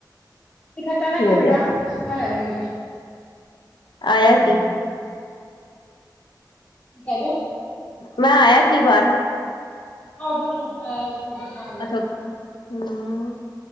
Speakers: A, on the left; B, on the left.
A: ਖਟਾ ਨਾ,
B: ਕੀ
A: ਖਾ
B: ਹੋ
A: ਬੇਟਾ।
B: ਗਿਆ
A: ਸੁੱਖਾ ਲੈ ਜਾਓ। ਉਧਰ
B: ਆਇਆ
A: ਹਾਂਜੀ।
B: ਕੀ
A: ਕੀ ਕਹਿ ਰਹੇ ਹੋ।
B: ਮੈਂ ਆਇਆ ਕਈ ਵਾਰ
A: ਓਦਾਂ ਖਲੋਤਾ ਹੈ ਦਿਖਾ ਰਿਐ ਐ
B: ਅੱਛਾ ਹੂੰ